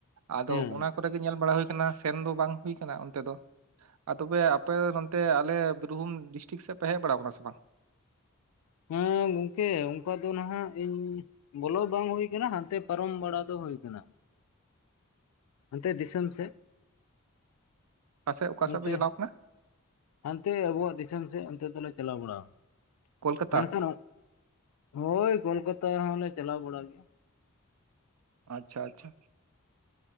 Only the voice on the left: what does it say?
ᱦᱮᱸ
ᱦᱮᱸ ᱜᱚᱝᱠᱮ ᱚᱱᱠᱟ ᱫᱚ ᱱᱟᱦᱟᱸᱜ ᱤᱧ ᱵᱚᱞᱚ ᱵᱟᱝ ᱦᱩᱭ ᱠᱟᱱᱟ ᱦᱟᱱᱛᱮ ᱯᱟᱨᱚᱢ ᱵᱟᱲᱟ ᱫᱚ ᱦᱩᱭ ᱠᱟᱱᱟ ᱦᱟᱱᱛᱮ ᱫᱤᱥᱚᱢ ᱥᱮᱫ
ᱚᱱᱛᱮ
ᱦᱟᱱᱛᱮ ᱟᱵᱚᱣᱟᱜ ᱫᱤᱥᱚᱢ ᱥᱮᱫ ᱚᱱᱛᱮ ᱫᱚᱞᱮ ᱪᱟᱞᱟᱣ ᱵᱟᱲᱟᱣᱟ
ᱢᱮᱱᱠᱷᱟᱱ ᱦᱳᱭ ᱠᱳᱞᱠᱟᱛᱟ ᱦᱚᱸᱞᱮ ᱪᱟᱞᱟᱣ ᱵᱟᱲᱟ ᱜᱮᱭᱟ